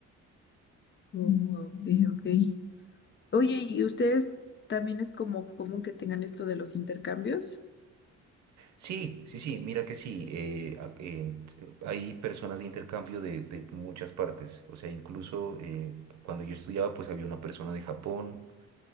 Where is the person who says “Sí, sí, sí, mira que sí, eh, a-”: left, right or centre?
Right